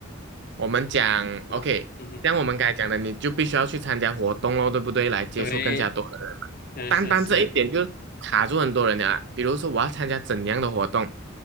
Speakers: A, on the right; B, on the left.
A: 我们讲
B: 好吧，
A: OK，
B: 嗯哼，
A: 像我们刚才讲的，你就必须要去参加活动喽，对不对？来接触更加多的人嘛，
B: 对，是是是，
A: 单单这一点就卡住很多人了啊。比如说，我要参加怎样的活动